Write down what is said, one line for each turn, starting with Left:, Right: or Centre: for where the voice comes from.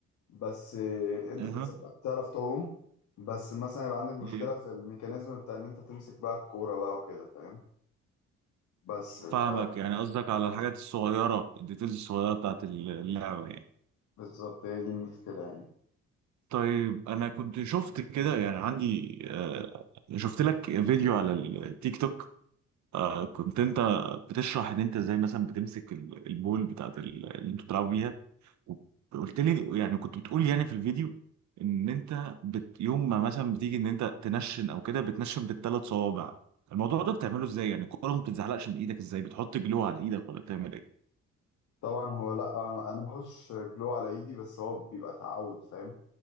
Left: بس آه، انت
Right: اها
Left: كسبت تعرف تعوم بس مثلا يبقى عندك مشكلة
Right: إيه.
Left: في الميكانيزم بتاع ان انت تمسك بقى الكورة بقى وكده فاهم بس ف
Right: فاهمك يعني قصدك على الحاجات الصغيرة الديتيلز الصغيرة بتاعت اللعبة يعني
Left: بالظبط هي دي المشكلة يعني
Right: طيب أنا كنت شفت كده يعني عندي آه، شفت لك فيديو على التيك توك آه، كنت أنت بتشرح إن أنت إزاي مثلا بتمسك ال- البول بتاعت ال- اللي أنتوا بتلعبوا بيها وقلت لي يعني كنت بتقول يعني في الفيديو إن أنت بت يوم ما مثلا بتيجي إن أنت تنشن أو كده بتنشن بالثلاث صوابع الموضوع ده بتعمله إزاي يعني الكورة ما بتتزحلقش من إيدك إزاي بتحط جلو على إيدك ولا بتعمل إيه؟
Left: طبعا هو لا انا أنا ما بحطش جلو على ايدي بس هو بيبقى تعود فاهم